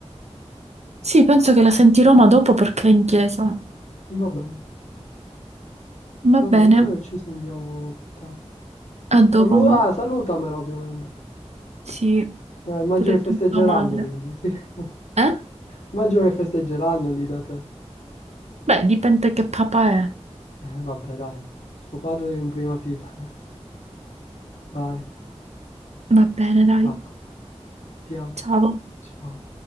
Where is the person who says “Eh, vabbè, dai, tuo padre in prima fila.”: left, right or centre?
Left